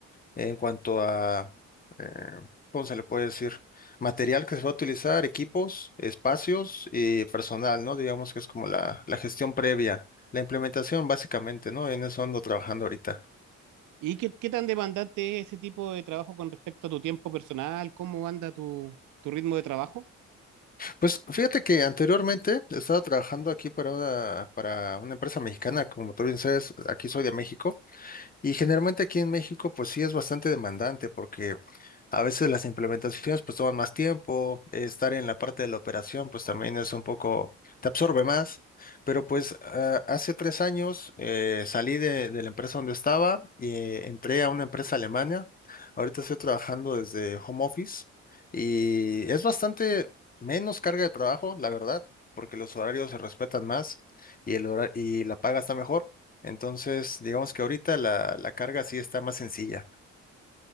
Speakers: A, on the left (about 30°); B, on the right (about 80°).
A: en cuanto a, eh, ¿cómo se le puede decir? Material que se va a utilizar, equipos, espacios y personal, ¿no? Digamos que es como la, la gestión previa, la implementación básicamente, ¿no? En eso ando trabajando ahorita.
B: ¿Y qué, qué tan demandante es ese tipo de trabajo con respecto a tu tiempo personal? ¿Cómo anda tu, tu ritmo de trabajo?
A: Pues fíjate que anteriormente estaba trabajando aquí para una, para una empresa mexicana, como tú bien sabes, aquí soy de México. Y generalmente aquí en México, pues sí es bastante demandante porque a veces las implementaciones pues toman más tiempo, eh, estar en la parte de la operación pues también es un poco, te absorbe más, pero pues ah, hace tres años eh, salí de, de la empresa donde estaba y eh, entré a una empresa alemana, ahorita estoy trabajando desde home office y es bastante menos carga de trabajo, la verdad, porque los horarios se respetan más y, el hora- y la paga está mejor. Entonces, digamos que ahorita la, la carga sí está más sencilla.